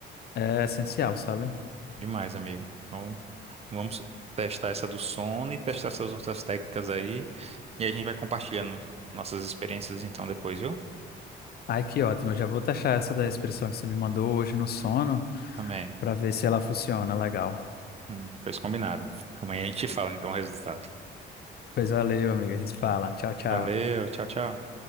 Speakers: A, on the left (about 55°); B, on the right (about 30°).
A: é essencial, sabe?
B: Demais, amigo. Então, Vamos testar essa do sono e testar essas outras técnicas aí. E a gente vai compartilhando nossas experiências então depois, viu?
A: Ai, que ótimo. Eu já vou taxar essa da expressão que você me mandou hoje no sono
B: Também.
A: para ver se ela funciona legal.
B: Hum, pois combinado. Amanhã a gente fala então o resultado.
A: Pois valeu, amiga. A gente fala. Tchau, tchau.
B: Valeu, tchau, tchau.